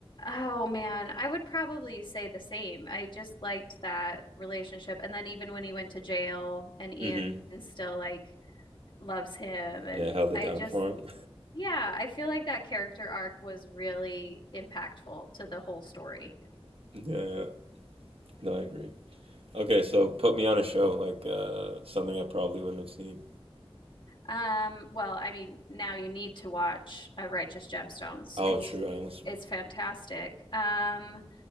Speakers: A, on the left (about 55°); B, on the right (about 70°).
A: Oh man, I would probably say the same. I just liked that relationship. And then even when he went to jail and Ian
B: Mm-hmm.
A: still like loves him and
B: Yeah, held it
A: I
B: down
A: just
B: for him.
A: yeah, I feel like that character arc was really impactful to the whole story.
B: <laughs> yeah, yeah. No, I agree. Okay, so put me on a show like uh, something I probably wouldn't have seen.
A: Um, well, I mean, now you need to watch uh, Righteous Gemstones.
B: Oh,
A: It's
B: true. I almost
A: it's fantastic. Um,